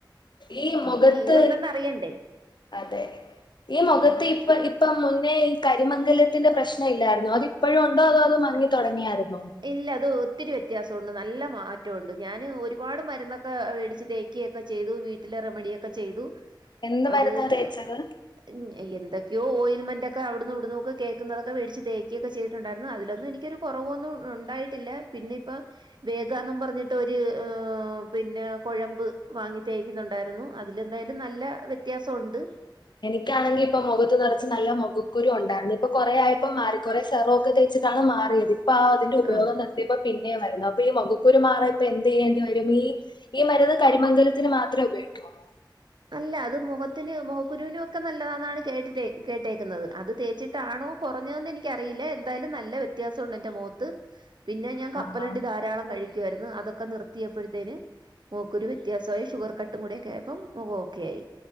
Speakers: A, on the left (about 65°); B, on the right (about 65°).
A: ഈ മുഖത്ത്
B: നമുക്ക് ജീവിതം എന്തെന്ന് അറിയണ്ടേ
A: അതെ ഈ മുഖത്ത്.
B: ഉം
A: ഇപ്പ ഇപ്പം മുന്നേ ഈ കരിമംഗലത്തിന്റെ പ്രശ്നം ഇല്ലായിരുന്നു അത് ഇപ്പോഴും ഉണ്ടോ, അതോ അത് മങ്ങി തുടങ്ങിയായിരുന്നോ?
B: ഇല്ല അത് ഒത്തിരി വ്യത്യാസമുണ്ട് നല്ല മാറ്റമുണ്ട് ഞാന് ഒരുപാട് മരുന്നൊക്കെ മേടിച്ച് തേക്കു ഒക്കെ ചെയ്തു വീട്ടിലെ റെമഡിയൊക്കെ ചെയ്തു
A: എന്ത് മരുന്നാ
B: അത്
A: തേച്ചത്
B: ആഹ്. ഉം എന്തൊക്കെയോ ഓയിൽമെന്റ് ഒക്കെ അവിടുന്ന് ഇവിടുന്ന് ഒക്കെ കേക്കുന്നൊക്കെ മേടിച്ച് തേക്കൊക്കെ ചെയ്തിട്ടുണ്ടായിരുന്നു, അതിൽ ഒന്നും എനിക്കൊരു. കുറവൊന്നും ഉണ്ടായിട്ടില്ല പിന്നെ ഇപ്പ. വേഗ എന്നു പറഞ്ഞിട്ട് ഒരു ഏഹ് പിന്നെ കുഴമ്പ് വാങ്ങി തേക്കുന്നുണ്ടായിരുന്നു. അതിലെന്തായാലും നല്ല വ്യത്യാസം ഉണ്ട്.
A: എനിക്കാണെങ്കിൽ ഇപ്പൊ മുഖത്ത് നിറച്ച് നല്ല മുഖക്കുരു ഉണ്ടായിരുന്നു, ഇപ്പൊ കൊറെ ആയിപ്പോ മാറി കുറെ സെറും ഒക്കെ തേച്ചു. ഇപ്പോഴാണ് മാറിയത് ഇപ്പ ആഹ് അതിന്റെ ഉപയോഗം
B: ആ
A: തന്നെ. ഇപ്പൊ പിന്നെയും വരുന്നു അപ്പൊ ഈ മുഖക്കുരു മാറാൻ ഇപ്പൊ എന്ത് ചെയ്യേണ്ടി വരും ഈ. ഈ മരുന്ന് കരിമംഗലത്തിന് മാത്രമേ ഉപയോഗിക്കുള്ളൂ.
B: അല്ല അത് മുഖത്തിന് മുഖക്കുരുവിനും ഒക്കെ നല്ലതാണ് എന്ന് കേട്ടിട്ട് കേട്ടേക്കുന്നത്, അത് തേച്ചിട്ടാണോ? കുറഞ്ഞൊന്ന് എനിക്കറിയില്ല എന്തായാലും നല്ല വ്യത്യാസമുണ്ട് എന്റെ മുഖത്ത്. പിന്നെ ഞാൻ കപ്പലണ്ടി
A: ആഹാ
B: ധാരാളം കഴിക്കും. ക്കുവായിരുന്നു അതൊക്കെ നിർത്തിയപ്പോഴത്തേന് മുഖക്കുരു വ്യത്യാസമായി ഷുഗർ കട്ടും കൂടെ ഒക്കെ ആയിപ്പോ. മുഖ ഓക്കേ ആയി.